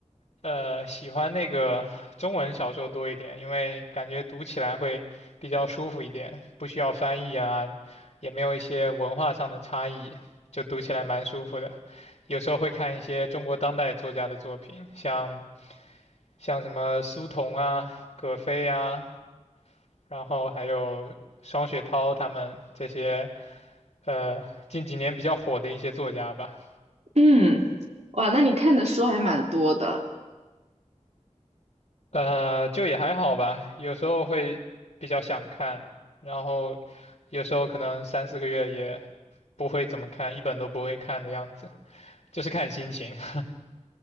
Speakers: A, on the left; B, on the right.
A: 呃喜欢那个中文小说多一点，因为感觉读起来会比较舒服一点，不需要翻译啊，也没有一些文化上的差异，就读起来蛮舒服的。有时候会看一些中国当代作家的作品，像像什么苏童啊、葛飞啊，然后还有双雪涛他们这些呃近几年比较火的一些作家吧。
B: 嗯，哇，那你看的书还蛮多的。
A: 呃，就也还好吧，有时候会比较想看，然后有时候可能三四个月也不会怎么看，一本都不会看的样子，就是看心情。<laughs>